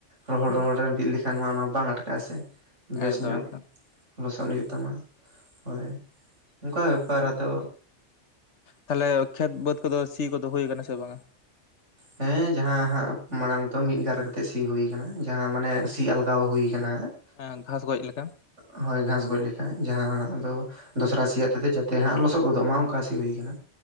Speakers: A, on the right (about 80°); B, on the left (about 70°).
A: ᱨᱚᱦᱚᱲ
B: ᱦᱩᱸ
A: ᱨᱚᱦᱚᱲ ᱨᱮᱢ ᱵᱤᱫ ᱞᱮᱠᱷᱟᱱ ᱢᱟ ᱚᱱᱟ ᱵᱟᱝ ᱟᱴᱠᱟᱜᱼᱟ ᱥᱮ ᱵᱮᱥ
B: ᱮᱠᱫᱚᱢ
A: ᱧᱚᱜ
B: ᱮᱠᱫᱚᱢ
A: ᱞᱚᱥᱚᱫ ᱦᱩᱭᱩᱜ ᱛᱟᱢᱟ᱾ ᱦᱳᱭ ᱚᱱᱠᱟ ᱵᱮᱯᱟᱨ, ᱟᱫᱚ
B: ᱛᱟᱞᱮ ᱠᱷᱮᱛ ᱵᱟᱹᱫᱽ ᱠᱚᱫᱚ ᱥᱤ ᱠᱚᱫᱚ ᱦᱳᱭ ᱠᱟᱱᱟ ᱥᱮ ᱵᱟᱝᱼᱟ?
A: ᱦᱮᱸ ᱡᱟᱦᱟᱸ ᱦᱟᱸᱜ ᱢᱟᱲᱟᱝ ᱛᱚ ᱢᱤᱫᱜᱟᱨ ᱠᱟᱛᱮᱜ ᱥᱤ ᱦᱩᱭ ᱠᱟᱱᱟ ᱡᱟᱦᱟᱸ ᱢᱟᱱᱮ ᱥᱤ ᱟᱞᱜᱟᱣ ᱦᱩᱭ ᱠᱟᱱᱟ ᱦᱟᱸᱜ᱾
B: ᱦᱮ ᱜᱷᱟᱥ ᱜᱚᱡ ᱞᱮᱠᱟ᱾
A: ᱮ ᱦᱳᱭ ᱜᱷᱟᱥ ᱜᱚᱡ ᱞᱮᱠᱟ᱾ ᱡᱟᱦᱟᱸ ᱫᱚ ᱫᱚᱥᱨᱟ ᱥᱤ ᱟᱛᱮ ᱡᱟᱛᱮ ᱦᱟᱜ ᱞᱚᱥᱚᱫ ᱜᱚᱫᱚᱜ ᱢᱟ᱾ ᱚᱱᱠᱟ ᱥᱤ ᱦᱩᱭ ᱟᱠᱟᱱᱟ᱾